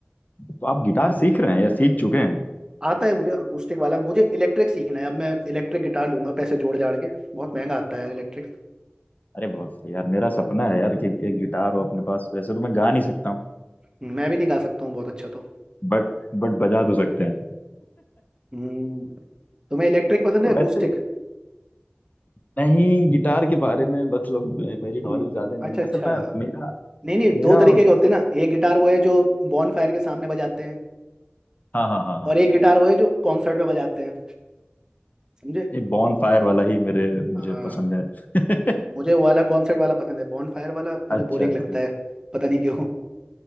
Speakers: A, on the left; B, on the right.
A: तो आप गिटार सीख रहे हैं या सीख चुके हैं
B: आता है मुझे अकूस्टिक वाला मुझे इलेक्ट्रिक सीखना है अब मैं इलेक्ट्रिक गिटार लूंगा पैसे जोड़ जाड़ के बहुत महंगा आता है इलेक्ट्रिक
A: अरे बहुत सही यार मेरा सपना है यार कि एक गिटार हो अपने पास वैसे तो मैं गा नहीं सकता हूँ
B: मैं भी नहीं गा सकता हूँ बहुत अच्छा तो
A: बट बट बजा तो सकते हैं
B: हम्म तुम्हें इलेक्ट्रिक पसंद
A: तो
B: है अकूस्टिक
A: वैसे नहीं गिटार के बारे में मतलब मेरी नॉलेज
B: हम्म,
A: ज्यादा नहीं
B: अच्छा
A: है
B: अच्छा
A: असल में मेरा
B: नहीं नहीं
A: मेरा
B: दो तरीके
A: हाँ
B: के होते हैं ना एक गिटार वो है जो बॉन फायर के सामने बजाते हैं
A: हाँ हाँ हाँ हाँ
B: और एक गिटार वो है जो कॉन्सर्ट में बजाते हैं समझे
A: ये बॉन फायर वाला ही मेरे मुझे
B: हाँ
A: पसंद है <laughs>
B: मुझे वो वाला कॉन्सर्ट वाला पसंद है बॉन फायर वाला मुझे
A: अच्छा
B: बोरिंग
A: अच्छा
B: लगता
A: अच्छा।
B: है पता नहीं क्यों